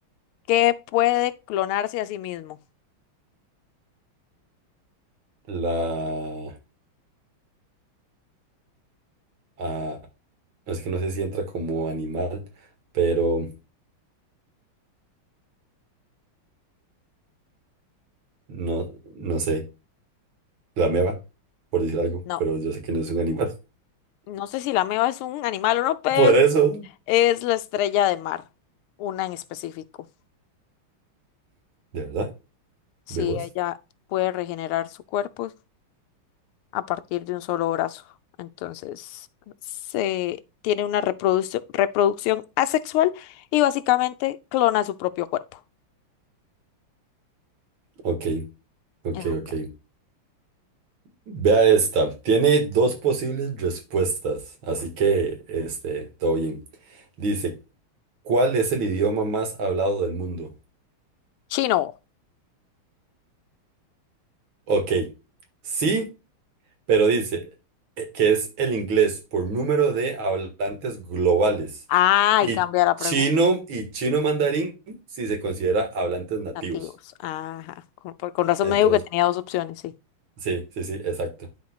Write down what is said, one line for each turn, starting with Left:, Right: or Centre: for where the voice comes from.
Left: que puede clonarse a sí mismo?
Right: La... ah, es que no sé si entra como animal, pero no, no sé. La meba, por decir algo,
Left: No,
Right: pero yo sé que no es un animal. <laughs>
Left: no sé si la meba es un animal o no, pero
Right: Por eso,
Left: es la estrella de mar, una en específico.
Right: de verdad,
Left: Sí,
Right: ¿Vemos?
Left: ella puede regenerar su cuerpo a partir de un solo brazo. Entonces, se tiene una reproducción, reproducción asexual y básicamente clona su propio cuerpo.
Right: Ok, ok,
Left: Es un
Right: ok. Vea esta. Tiene dos posibles respuestas, así que este, todo bien. Dice, ¿cuál es el idioma más hablado del mundo?
Left: Chino.
Right: Ok, sí, pero dice eh, que es el inglés por número de hablantes globales
Left: Ah,
Right: y
Left: y cambia la
Right: chino
Left: pregunta.
Right: y chino mandarín si se considera hablantes nativos.
Left: Nativos. Ajá. Con, por- con razón
Right: Entonces,
Left: me dijo que tenía dos opciones, sí.
Right: sí, sí, sí, exacto.